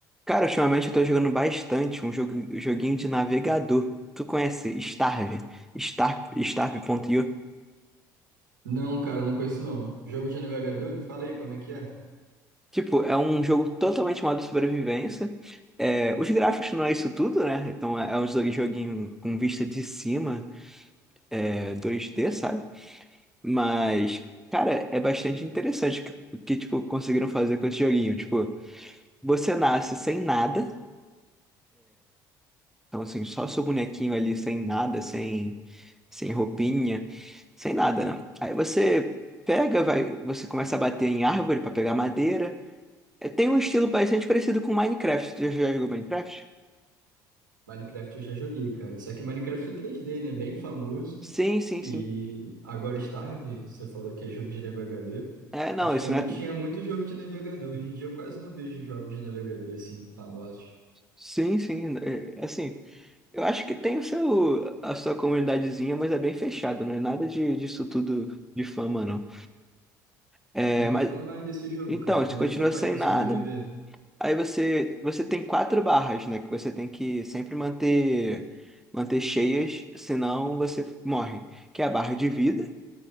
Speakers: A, in the centre; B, on the right.
A: Cara, ultimamente eu tô jogando bastante um jogo, joguinho de navegador. Tu conhece Starve? Starve, Starve.io?
B: Não, cara, não conheço não. Jogo de navegador, me fala aí como é que é.
A: Tipo, é um jogo totalmente modo sobrevivência. É, os gráficos não é isso tudo, né? Então é é um jo- joguinho com vista de cima, é, 2D, sabe? Mas, cara, é bastante interessante o que, o que, tipo, conseguiram fazer com esse joguinho. Tipo, você nasce sem nada. Então, assim, só seu bonequinho ali sem nada, sem sem roupinha, sem nada, né? Aí você pega, vai, você começa a bater em árvore para pegar madeira. É, Tem um estilo bastante parecido com Minecraft. Tu já, já jogou Minecraft?
B: Minecraft eu já joguei, cara. Só que Minecraft é três d né? Bem famoso.
A: Sim, sim,
B: E
A: sim.
B: agora é Starve, você falou que é jogo de navegador.
A: É, não,
B: Antigamente
A: isso não é.
B: tinha muito jogo de navegador. Hoje em dia eu quase não vejo jogos de navegador assim, famosos.
A: Sim, sim. É, é assim, eu acho que tem o seu, a sua comunidadezinha, mas é bem fechado, não é nada de, disso tudo de fama, não. É,
B: Mas
A: mas
B: me fala mais desse jogo,
A: então,
B: cara.
A: a
B: Como
A: gente continua
B: é que você faz
A: sem
B: pra
A: nada.
B: sobreviver?
A: Aí você, você tem quatro barras, né? Que você tem que sempre manter, manter cheias, senão você morre. Que é a barra de vida,